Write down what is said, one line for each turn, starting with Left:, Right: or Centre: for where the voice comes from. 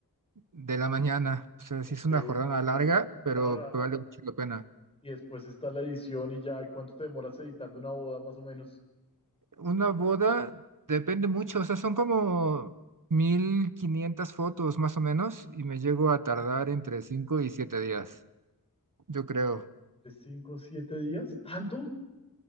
Right: de la mañana. O sea,
Left: Ok.
Right: sí es una jornada larga, pero
Left: No, no, no,
Right: vale
Left: no, no.
Right: mucho la pena.
Left: Y después está la edición y ya. ¿Y cuánto te demoras editando una boda más o menos?
Right: Una boda depende mucho, o sea, son como 1500 fotos más o menos y me llego a tardar entre 5 y 7 días, yo creo.
Left: ¿En de cinco o siete días? ¿Tanto?